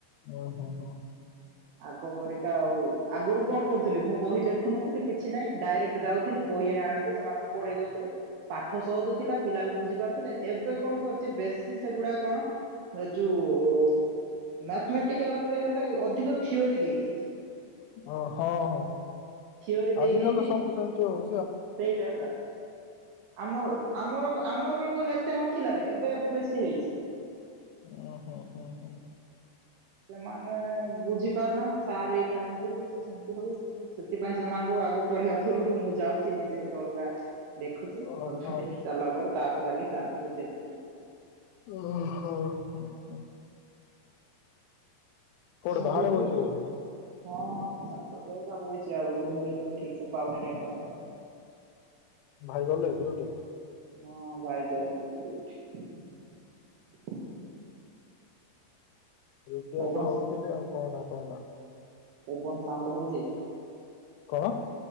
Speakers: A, on the left; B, on the right.
A: ଓ ହୋ ହୋ ହୋ ହଁ।
B: ଆଗ ପରିକା ଆଉ ଆଗୁରୁ। କଣ କରୁଥିଲି ମୁଁ ବହି ଦେଖୁନଥିଲି କିଛି ନାହିଁ ଡାଇରେକ୍ଟ ଯାଉଥିଲି ବହି ଆଣିକି ସେମାନଙ୍କୁ ପଢେଇ ଦଉଥିଲି ପାଠ ସହଜ ଥିଲା ପିଲା ବି ବୁଝି ପାରୁଥିଲେ ଏବେ କଣ କରୁଛି ବେଶୀ ସେଗୁଡା କଣ ଏ ଯୋଉ ମ୍ୟାଥମେଟିକାଲରେ ହେଲେ ଅଧିକ ଥିଓରି ଦେଇ ଦେଇଚି।
A: ଓ ହଁ ହଁ।
B: ଥିଓରି
A: ଆଜି
B: ଦେଇ ଦେଇଛି
A: କାଲି ତ ସବୁ ସେମିତି ହଉ
B: ସେଇଟା ପରା ଆମ ଆମର କ ଆମର ବେଳକୁ କହିଲେ ଏତେ ନଥିଲା ରେ ଏବେ ଏବେ ବେଶୀ ହେଇଚି।
A: ଓ ହୋ ହୋ ହୋ।
B: ସେମାନେ ବୁଝି ପାରୁନାହାନ୍ତି ସାର୍ ଏଇଟା ଏମତି ହଉଛି ସେମିତି ହଉଛି ସେଥିପାଇଁ ସେମାନଙ୍କୁ ଆଗୁ ପଢିବା ପୂର୍ବରୁ ମୁଁ ଯାଉଛି ନିଜେ ଗୋଟେ ଅଲଗା ଦେଖୁଚି
A: ଓହୋ
B: ଅଲଗା ଦେଖି ସାରଲା ପରେ ତା ଯାଇକି ସାର ଙ୍କୁ ବୁଝେଇବ ଠିକ୍ ସେ।
A: ଓ ହୋ ହଁ ହଁ। କୋଉଠି
B: ସନ୍ଦୀପ
A: ବାହାରେ ବଇଚୁ ବୋଧେ।
B: ହଁ ଛାତ ଉପରେ ଏକା ବଇଚି ଆଉ ରୁମ ରେ ତ ଠିକ ସେ ପାଉନି ନେଟୱାର୍କ।
A: ଭାଇ ଗଲେ ଡ୍ୟୁଟି।
B: ମୋ ଭାଇ ଯାଉଚି କି ଡ୍ୟୁଟି। <inaudible>
A: <unintelligible>
B: ପବନ
A: ତ ହଉଥିଲି ଆଉ କଣ। କଣ?
B: ପବନ ସାଉଣ୍ଡ ହଉଛି?
A: କଣ?